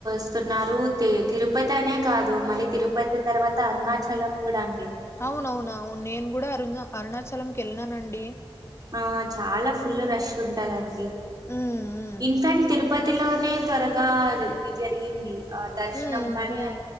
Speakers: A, on the right; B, on the left.
A: స్తున్నారు తి తిరుపతి అనే కాదు మళ్ళీ తిరుపతి తర్వాత అరుణాచలం కూడా అండి.
B: అవునవున అవును నేను కూడా అరుణ అరుణాచలంకి వెళ్ళిననండి.
A: ఆ చాలా ఫుల్ రష్ ఉంటదండి.
B: ఉమ్
A: ఇన్ఫాక్ట్ తిరుపతిలోనే త్వరగా ఇది జరిగింది. ఆ దర్శనం
B: ఉమ్ ఉమ్
A: కానీ
B: ఉమ్